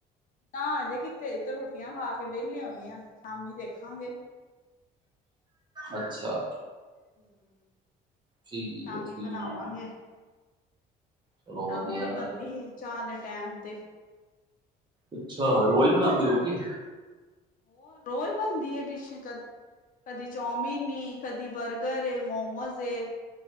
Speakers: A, on the left; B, on the right.
A: ਨਾ ਅਜੇ ਕਿੱਥੇ, ਅਜੇ ਤਾਂ ਰੋਟੀਆਂ ਖਾ ਕੇ ਵੇਲੇ ਹੋਏ ਆਂ, ਸ਼ਾਮੀ ਵਖਾਂਗੇ।
B: ਅੱਛਾ।
A: ਹੂੰ,
B: ਠੀਕ
A: ਸ਼ਾਮੀ
B: ਹੈ ਠੀਕ
A: ਬਣਾਵਾਂਗੇ।
B: ਚਲੋ
A: ਸ਼ਾਮੀ
B: ਵਧੀਆ
A: ਬਨਦੀ ਏ ਚਾ ਦੇ ਟੈਮ ਤੇ।
B: ਅੱਛਾ ਰੋਜ ਬਣਾਂਦੇ ਓ ਕੀ?
A: ਹੋਰ ਰੋਜ ਬਨਦੀ ਏ, ਡਿਸ਼ ਕ ਕਦੀ ਚੌਮੀਨ ਈ, ਕਦੀ ਬਰਗਰ ਏ, ਮੋਮੋਜ ਏ।